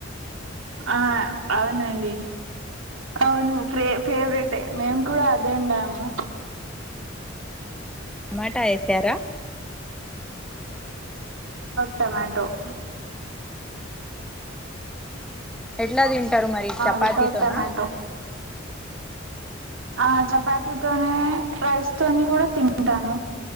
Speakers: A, on the right; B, in the centre.
A: ఆ అవునండి అవును ఫే ఫేవరెట్ టే మేము కూడా అదే అండాము
B: టమాటా వేసారా
A: టొమాటోఉ
B: ఎట్లా తింటారు మరి చపాతీతోనా
A: వితౌట్ టమాటో ఆ చపాతితోనే రైస్ తోనే కూడా తింటాను